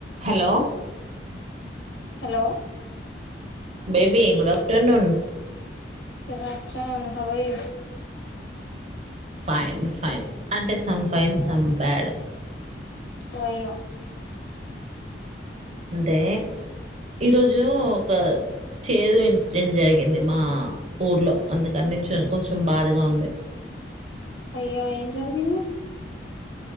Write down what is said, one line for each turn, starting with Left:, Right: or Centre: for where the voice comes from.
Right: Hello
Left: hello
Right: baby good afternoon
Left: కరప్షన్ హవయి
Right: fine fine అంటే some fine some bad
Left: వయం
Right: అంటే ఈరోజు ఒక చేదు ఇన్సిడెంట్ జరిగింది మా ఊర్లో, అందుకని కొంచెం బాధగా ఉంది.
Left: అయ్యో ఏం జరిగింది